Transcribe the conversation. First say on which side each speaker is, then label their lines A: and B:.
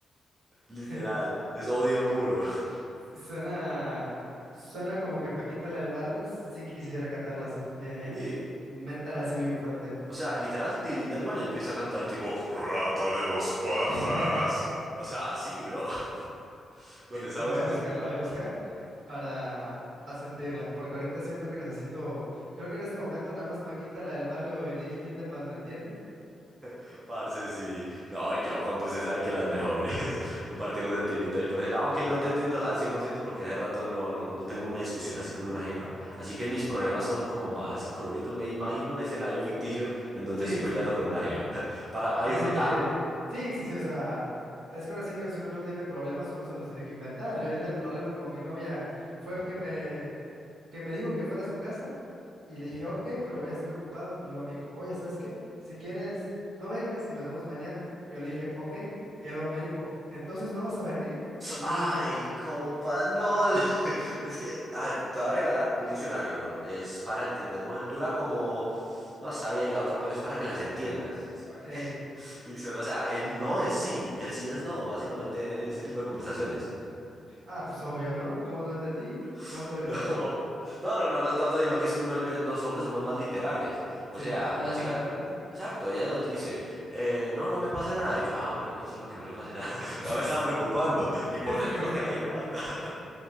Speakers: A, on the right (about 20°); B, on the right (about 65°).
A: Literal,
B: <laughs>
A: es odio puro. <laughs>
B: Sí, Suena, suena como que Paquita la del barrio. Sí quisiera cantarla así, en, en
A: Sí,
B: metal así bien fuerte.
A: o sea, literal, Till Lindemann empieza a cantar tipo Rata de dos patas.
B: <laughs>
A: O sea, así, bro, <laughs> con esa
B: La
A: voz
B: voy a
A: que
B: buscar,
A: se mandaba.
B: la voy a buscar para, para sentirla, porque ahorita siento que necesito, creo que en este momento nada más Paquita la del barrio y Lil Tindemann, ¿me entienden?
A: <laughs> Parce, sí. No, y yo, compa, usted sabe que las mejores. <laughs> Compartimos sentimiento ahí por ese lado. Aunque no te entiendo al 100% porque hace rato no, no, no tengo una discusión así con una jeva. Así que mis problemas son como más psicológicos. Me imagino un escenario ficticio en donde
B: Sí,
A: estoy peleando
B: sí.
A: con una jeva. <laughs> Para, para
B: Sí,
A: disfrutarlo.
B: sí, te... sí, sí, sí, o sea, es que ahora sí que si uno no tiene problemas, uno se los tiene que inventar. Yo ahorita el problema con mi novia fue que me, que me dijo que fuera a su casa y le dije, ok, pero voy a estar ocupado. Y luego me dijo, oye, ¿sabes qué? Si quieres, no vengas y nos vemos mañana. Y yo le dije, ok. Y luego me dijo, entonces no vas a venir. Y yo
A: Ay,
B: dije,
A: compa, no. <laughs> Es que, a ver, te voy a regalar un diccionario, bro. Es para entender mujer. Dura como. No, está bien ahí la otra, pero es para que las entiendas. Es para que.
B: hey,
A: <laughs> Diccionario. O sea, el no es sí y el sí es no, básicamente
B: mm,
A: en ese tipo de conversaciones.
B: ah, pues obvio, ¿no? ¿Cómo no entendí?
A: <laughs>
B: Tonto
A: No.
B: yo.
A: No, no, no, no es tanto, sino que es que uno, hay ve- los hombres somos más literales. O
B: Sí,
A: sea,
B: somos
A: la
B: más
A: chica.
B: literales.
A: Exacto, ella nos dice, eh, no, no me pasa nada. Y yo, ah, bueno, qué chimba que no le pase nada. <laughs>
B: <laughs>
A: No me estaba preocupando. Y
B: Sí,
A: por
B: sí,
A: dentro
B: justamente,
A: te quiere matar.